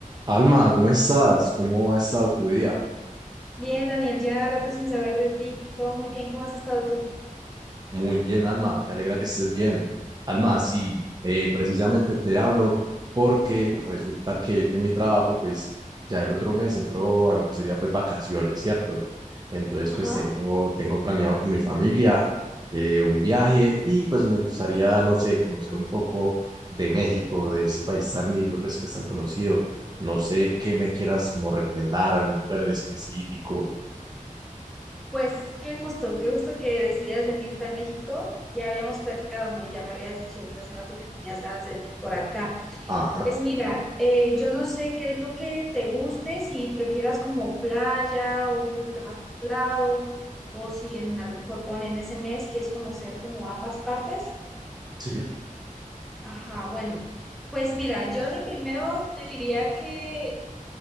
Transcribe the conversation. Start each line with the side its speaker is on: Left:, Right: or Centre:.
Right: Alma, ¿cómo estás? ¿Cómo ha estado tu día?
Centre: Bien, Daniel, ya rato sin saber de ti. Todo muy bien, ¿cómo has estado tú?
Right: Muy bien, Alma, me alegra que estés bien. Alma, sí, eh, precisamente te hablo porque resulta que en mi trabajo, pues ya el otro mes entró a lo que sería pues vacaciones, ¿cierto? Entonces,
Centre: Ajá.
Right: pues tengo, tengo planeado con mi familia eh, un viaje y pues me gustaría, no sé, conocer un poco de México, de ese país tan lindo, pues que es tan conocido. No sé qué me quieras como recomendar, algún lugar en específico.
Centre: Pues qué gusto, qué gusto que decidieras venirte a México. Ya habíamos platicado, ¿no? Y ya me habías dicho desde hace rato que tenías ganas de venir por acá.
Right: Ajá,
Centre: Pues mira, eh, yo no sé qué es lo que te guste, si prefieras como playa o un poquito más templado, o si en, a lo mejor ponle en ese mes quieres conocer como ambas partes.
Right: sí.
Centre: Ajá, bueno, pues mira, yo de primero te diría que